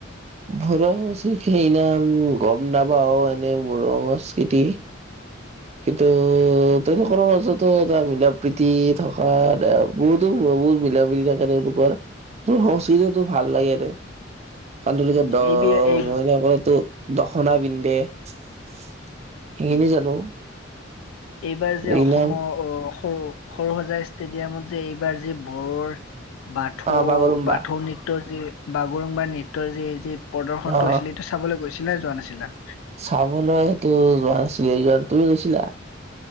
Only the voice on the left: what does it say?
উম
এইবি এই
উম
এইবাৰ যে
অসমত
অ সৰু সৰু সজাই ষ্টেডিয়ামত যে এইবাৰ যে বড়ৰ। বাথৌ
বাথৌ নৃত্যৰ যি বাগৰুংবাৰ নৃত্যৰ যি যি প্ৰদৰ্শনটো
হৈছিলে। টো চাবলৈ গৈছিলা নে যোৱা নাছিলা।